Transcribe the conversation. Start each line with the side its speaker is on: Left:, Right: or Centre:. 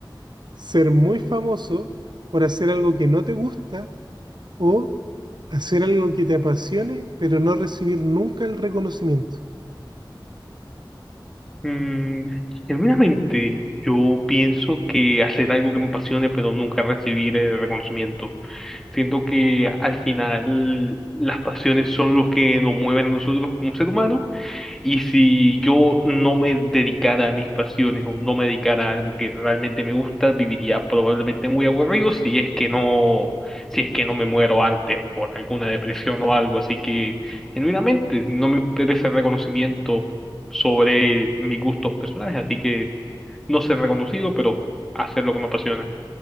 Right: ¿Ser muy famoso por hacer algo que no te gusta o hacer algo que te apasione, pero no recibir nunca el reconocimiento?
Centre: Mm, genuinamente, yo pienso que hacer algo que me apasione, pero nunca recibir el reconocimiento. Siento que al final las pasiones son los que nos mueven a nosotros como ser humanos. Y si yo no me dedicara a mis pasiones o no me dedicara a algo que realmente me gusta, viviría probablemente muy aburrido si es que no, si es que no me muero antes por alguna depresión o algo. Así que, genuinamente, no me interesa el reconocimiento sobre mis gustos personales, así que no ser reconocido, pero hacer lo que me apasiona.